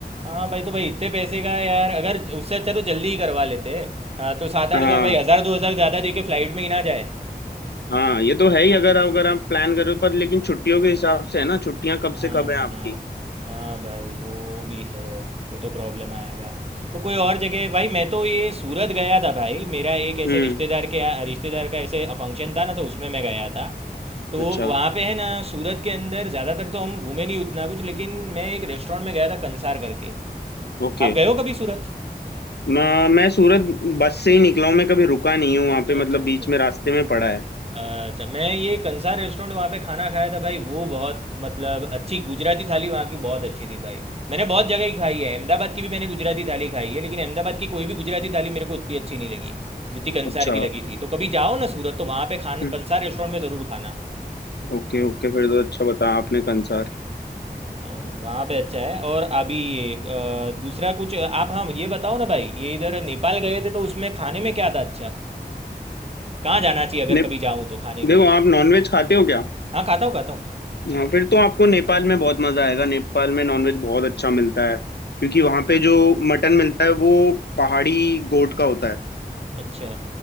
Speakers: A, on the right; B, on the left.
A: हाँ भाई तो भाई इतने पैसे का यार अगर उससे अच्छा तो जल्दी ही करवा लेते हाँ तो सात आठ
B: हाँ
A: हज़ार भाई हज़ार दो हज़ार ज़्यादा दे के फ्लाइट में ही ना जाए
B: हाँ ये तो है ही अगर अगर आप प्लान करो पर लेकिन छुट्टियों के हिसाब से है ना छुट्टियां कब
A: हाँ
B: से कब है आपकी
A: हाँ भाई वो भी है तो तो प्रॉब्लम आएगा तो कोई और जगह भाई मैं तो ये सूरत गया था भाई मेरा एक ऐसे
B: हम्म
A: रिश्तेदार के यहाँ रिश्तेदार का ऐसे फंक्शन था ना तो उसमें मैं गया था तो
B: अच्छा
A: वहाँ पे है ना सूरत के अंदर ज़्यादातर तो हम घूमे नहीं उतना कुछ लेकिन मैं एक रेस्टोरेंट में गया था कंसार करके
B: ओके
A: आप गए हो कभी सूरत
B: मैं मैं सूरत बस से ही निकला हूँ मैं कभी रुका नहीं हूँ वहां पे
A: अच्छा
B: मतलब
A: अच्छा
B: बीच में रास्ते में पड़ा है
A: अच्छा मैं ये कंसार रेस्टोरेंट वहाँ पे खाना खाया था भाई वो बहुत मतलब अच्छी गुजराती थाली वहाँ की बहुत अच्छी थी भाई मैंने बहुत जगह की खाई है अहमदाबाद की भी मैंने गुजराती थाली खाई है लेकिन अहमदाबाद की कोई भी गुजराती थाली मेरे को उतनी अच्छी नहीं लगी जितनी कंसार
B: अच्छा
A: की लगी थी तो कभी जाओ ना सूरत तो वहाँ पे खाना
B: हम्म,
A: कंसार रेस्टोरेंट में ज़रूर खाना
B: ओके ओके फिर तो अच्छा बताया आपने कंसार
A: हाँ, वहाँ पे अच्छा है और अभी ये अ, दूसरा कुछ आप हाँ ये बताओ ना भाई ये इधर नेपाल गए थे तो उसमें खाने में क्या था अच्छा कहाँ जाना चाहिए अगर
B: ने
A: कभी जाऊँ तो खाने के
B: देखो
A: लिए
B: आप नॉनवेज खाते हो क्या
A: हाँ खाता हूँ खाता हूँ
B: हाँ फिर तो आपको नेपाल में बहुत मजा आएगा नेपाल में नॉनवेज बहुत अच्छा मिलता है क्योंकि वहाँ पे जो मटन मिलता है वो पहाड़ी गोट का होता है
A: अच्छा